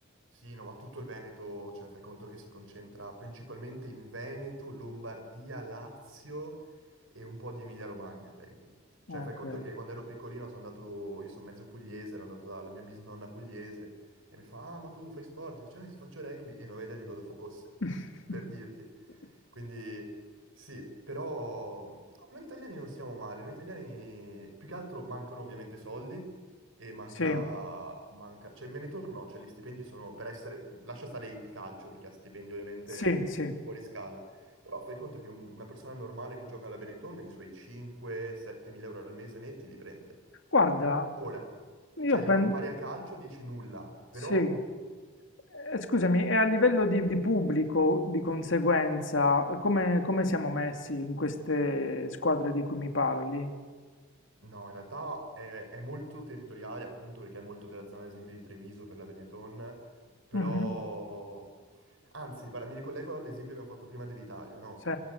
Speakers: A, on the right; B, on the left.
A: Sì, no, ma tutto il Veneto, cioè fai conto che si concentra principalmente in Veneto, Lombardia, Lazio e un po' di Emilia-Romagna il rugby. Cioè
B: Okay.
A: fai conto che quando ero piccolino sono andato, io sono mezzo pugliese, ero andato dalla mia bisnonna pugliese e mi fa, ah ma tu fai sport? Faccio, eh, sì, faccio rugby e non avevo idea di cosa fosse,
B: <laughs>
A: per dirti. Quindi sì, però no, noi italiani non siamo male, noi italiani più che altro mancano ovviamente soldi e manca,
B: Sì,
A: manca, cioè il Benetton no, cioè gli stipendi sono per essere, lascia stare il calcio perché ha stipendi ovviamente
B: sì, sì.
A: fuori scala, però fai conto che un- una persona normale che gioca alla Benetton i suoi 5-7 mila euro al mese netti li prende.
B: Guarda,
A: Ora, cioè
B: io
A: li
B: pen
A: compari al calcio dici nulla, però
B: sì. Ehm, scusami, e a livello di di pubblico, di conseguenza, come come siamo messi in queste squadre di cui mi parli?
A: no, in realtà è, è molto territoriale appunto perché è molto della zona ad esempio di Treviso per la Benetton, però
B: Mh-mh.
A: anzi, guarda, mi ricollego all'esempio che abbiamo fatto prima dell'Italia, no?
B: Sì.